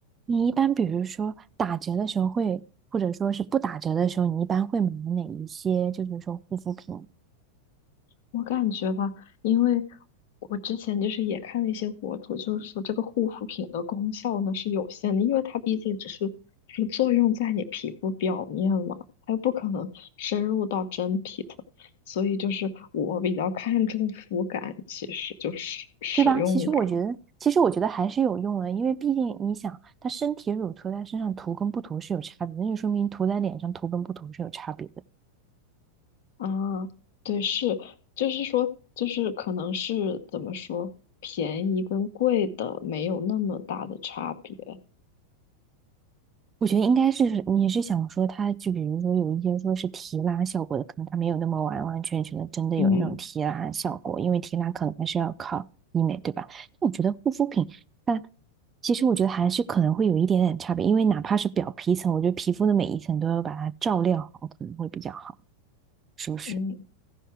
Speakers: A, on the right; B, on the left.
A: 你一般比如说打折的时候会，或者说是不打折的时候，你一般会买哪一些？就是说护肤品，
B: 我感觉吧，因为我之前就是也看了一些博主，就是说这个护肤品的功效呢是有限的，因为它毕竟只是就是作用在你皮肤表面嘛，它又不可能深入到真皮层，所以就是我比较看重肤感，其实就是使用感
A: 对吧？其实我觉得，其实我觉得还是有用的，因为毕竟你想，它身体乳涂在身上涂跟不涂是有差别的，那就说明涂在脸上涂跟不涂是有差别的。
B: 啊，对，是，就是说，就是可能是怎么说，便宜跟贵的没有那么大的差别，
A: 我觉得应该是你是想说它，就比如说有一些说是提拉效果的，可能它没有那么完完全全的真的有那种提拉效果，
B: 嗯
A: 因为提拉可能还是要靠医美，对吧？但我觉得护肤品它其实我觉得还是可能会有一点点差别，因为哪怕是表皮层，我觉得皮肤的每一层都要把它照料好，可能会比较好，是不是？
B: 嗯。